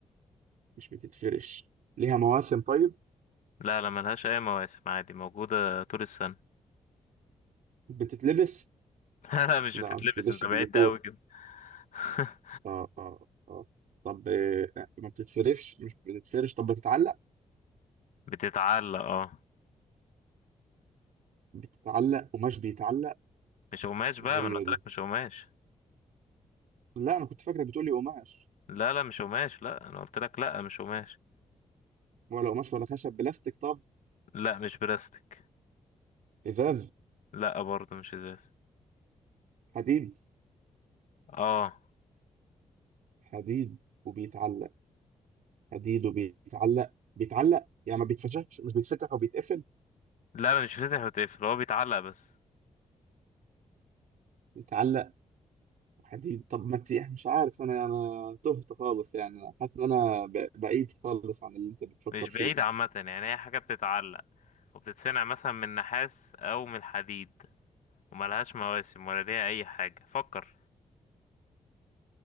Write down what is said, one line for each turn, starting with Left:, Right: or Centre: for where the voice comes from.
Right: مش بتتفرش ليها مواسم طيب
Left: لا لا ملهاش أي مواسم عادي موجودة طول السنة
Right: بتتلبس
Left: <laughs> لا لا مش
Right: لا
Left: بتتلبس
Right: ما بتتلبسش
Left: انت
Right: دي
Left: بعدت
Right: ديكور
Left: أوي كده <laughs>
Right: اه اه اه طب آه، ما بتتفرش مش بتتفرش طب بتتعلق
Left: بتتعلق اه
Right: بتتعلق قماش بيتعلق
Left: مش قماش بقى
Right: غريبة
Left: ما انا قلت
Right: دي
Left: لك مش قماش
Right: لا أنا كنت فاكرة بتقولي قماش
Left: لا لا مش قماش لا انا قلت لك لا مش قماش
Right: ولا قماش ولا خشب بلاستيك طب
Left: لا مش بلاستيك
Right: إزاز
Left: لا برضه مش ازاز
Right: حديد
Left: اه
Right: حديد وبيتعلق حديد وبيتعلق بيتعلق يعني ما بيتفتحش مش بيتفتح وبيتقفل
Left: لا لا مش بيتفتح وتقفل هو بيتعلق بس
Right: بيتعلق حديد طب ما انت يعني مش عارف انا انا تهت خالص يعني أنا حاسس ان انا ب- بعيد خالص عن اللي انت بتفكر
Left: مش
Right: فيه
Left: بعيد عامة يعني هي حاجة بتتعلق وبتتصنع مثلا من نحاس أو من الحديد وملهاش مواسم ولا ليها اي حاجة فكر